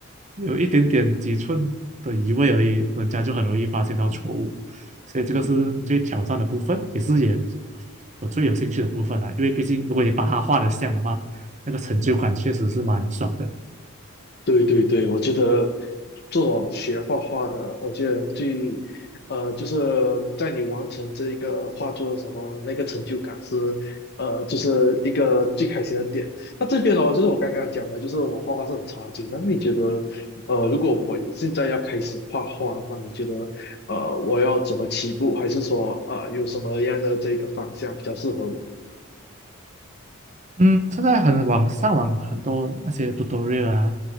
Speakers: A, on the right (about 35°); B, on the left (about 50°).
A: 有一点点几寸的移位而已，人家就很容易发现到错误。所以这个是最挑战的部分，
B: 嗯嗯
A: 也是也我最有兴趣的部分啦。因为毕竟如果你把它画的像的话，那个成就感确实是蛮爽的。
B: 嗯。对对对，我觉得做种学画画的，我觉得最，呃，就是在你完成这一个画作的时候，那个成就感是，呃，就是一个最开心的点。那这边呢，就是我刚刚讲的，就是我画画是很差劲。那你觉得，呃，如果我现在要开始画画的话，你觉得，呃，我要怎么起步，还是说，呃，有什么样的这个方向比较适合我？
A: 嗯，现在很网上网很多那些 tutorial 啊，